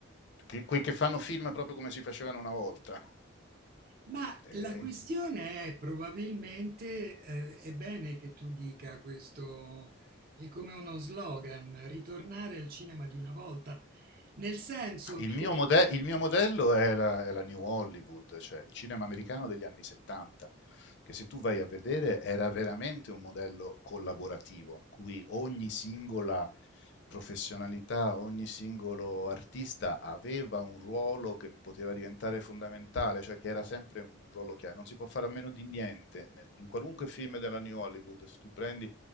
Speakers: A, on the left (about 55°); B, on the right (about 45°).
A: che, quei che fanno film proprio come si facevano una volta.
B: Ma
A: Eh,
B: la questione è probabilmente, eh, è bene che tu dica questo, è come uno slogan, ritornare al cinema di una volta, nel senso
A: Il
B: che
A: mio, mode- il mio modello è la, è la New Hollywood, cioè il cinema americano degli anni 70, che se tu vai a vedere era veramente un modello collaborativo, in cui ogni singola professionalità, ogni singolo artista aveva un ruolo che poteva diventare fondamentale, cioè che era sempre un un ruolo chiave. Non si può fare a meno di niente nel- in qualunque film della New Hollywood, se tu prendi